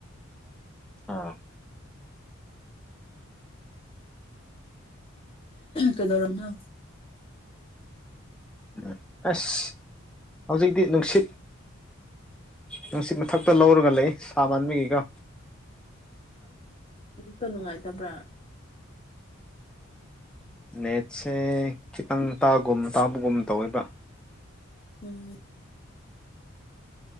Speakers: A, in the centre; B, on the left (about 25°).
A: ꯑꯥ
B: ꯀꯩꯗꯧꯔꯅ
A: ꯎ ꯑꯁ ꯍꯧꯖꯤꯛꯇꯛꯇꯤ ꯅꯨꯡꯁꯤꯠ ꯅꯨꯡꯁꯤꯠ ꯃꯊꯛꯇ ꯂꯧꯔꯒ ꯂꯩ ꯁꯥ ꯃꯟꯕꯒꯤꯒ
B: ꯇ ꯅꯨꯡꯉꯥꯏꯇꯕ꯭ꯔꯥ
A: ꯅꯦꯠꯁꯦ ꯈꯤꯇꯪ ꯇꯥꯒꯨꯝ ꯇꯥꯕꯒꯨꯝ ꯇꯧꯋꯦꯕ
B: ꯎꯝ